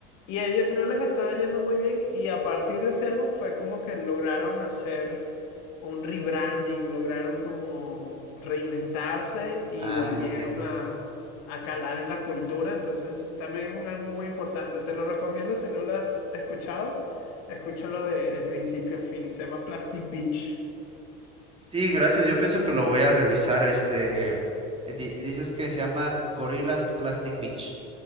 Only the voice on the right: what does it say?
ah,
ya entiendo.
Sí, gracias. Yo pienso que lo voy a revisar. Este, eh, di- dices que se llama Gorillaz Plastic Beach.